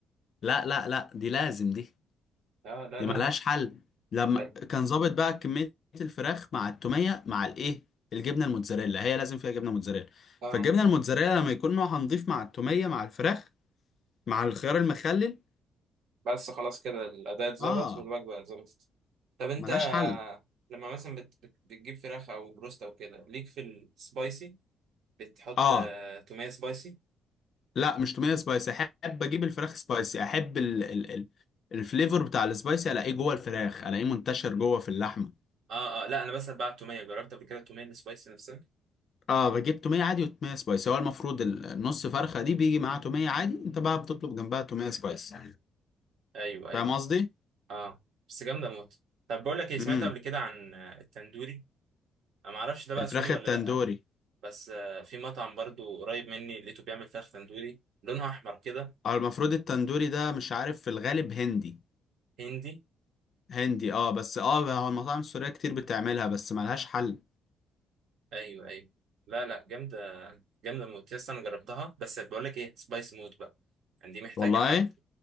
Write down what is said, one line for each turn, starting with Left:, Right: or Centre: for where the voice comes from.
Left: لا لا لا دي لازم دي
Right: لا لا
Left: دي
Right: لا
Left: ملهاش
Right: لا
Left: حل لما
Right: حلو.
Left: كان ظابط بقى كمية الفراخ مع التومية مع الإيه الجبنة الموتزاريلا هي لازم فيها جبنة موتزاريلا
Right: اه
Left: فالجبنة الموتزاريلا لما يكون نوعها نضيف مع التومية مع الفراخ مع الخيار المخلل
Right: بس خلاص كده الاداء اتظبط
Left: آه
Right: والوجبه اتظبطت طب انت
Left: ملهاش حل
Right: لما مثلا بت... بت- بتجيب فراخ او بروست او كده ليك في السبايسي بتحط
Left: آه
Right: آه، توميه سبايسي
Left: لا مش توميه سبايسي احب اجيب الفراخ سبايسي احب ال ال ال الفليفر بتاع السبايسي الاقيه جوه الفراخ الاقيه منتشر جوه في اللحمه
Right: اه اه لا انا بسأل بقى على التوميه جربت قبل كده التوميه السبايسي نفسها
Left: اه بجيب توميه عادي وتوميه سبايسي هو المفروض ال- النص فرخه دي بيجي معاها توميه عادي انت بقى بتطلب جنبها توميه سبايسي
Right: ايوه ايوه
Left: فاهم قصدي
Right: اه بس جامده موت طب بقول لك ايه سمعت
Left: امم
Right: قبل كده عن آه، التندوري انا ما اعرفش ده بقى
Left: الفراخ
Right: سوري ولا
Left: التندوري
Right: لا بس آه، في مطعم برضو قريب مني لقيته بيعمل فراخ تندوري لونها احمر كده
Left: اه المفروض التندوري ده مش عارف في الغالب هندي
Right: هندي
Left: هندي اه بس اه هو المطاعم السوريه كتير بتعملها بس ملهاش حل
Right: ايوه ايوه لا لا جامده جامده موت يس انا جربتها بس بقول لك ايه سبايسي موت بقى يعني دي محتاجه
Left: والله
Right: حد